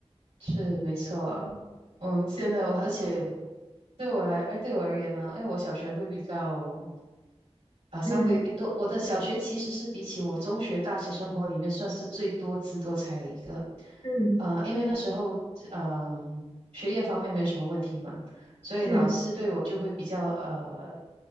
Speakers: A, on the right (about 85°); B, on the left (about 85°).
A: 是没错啊，嗯，现在我而且对我来，哎，对我而言呢，因为我小学会比较啊，稍微多。
B: 嗯
A: 我的小学其实是比起我中学、大学生活里面算是最多姿多彩的一个。
B: 嗯
A: 呃，因为那时候，嗯、学业方面没有什么问题嘛，所以老师对我就会比较呃，
B: 嗯，